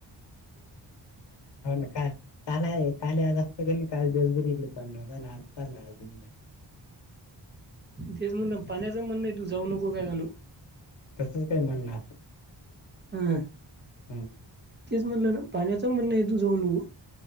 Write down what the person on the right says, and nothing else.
तेच म्हण पाण्याचं म्हणण आहे तू जाऊ नको काय गणू.
हम्म
तेच म्हणलं ना पाण्याच म्हणणं आहे तू जाऊ नको.